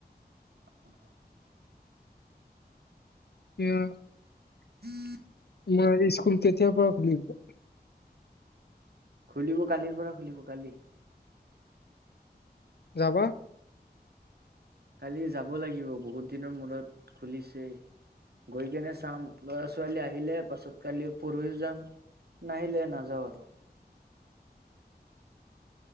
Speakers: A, on the right; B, on the left.
A: <unintelligible>
B: উম
A: <unintelligible>
B: মই এৰি স্কুল কেতিয়াৰ পৰা খুলিব
A: খুলিব কালিৰ পৰা খুলিব কালি
B: যাবা
A: কালি যাব লাগিব বহুত দিনৰ মূৰত খুলিছে গৈ কেনে চাম লৰা ছোৱালী আহিলে পাছত কালি পৰহিও যাম নাহিলে নাযাওঁ আৰু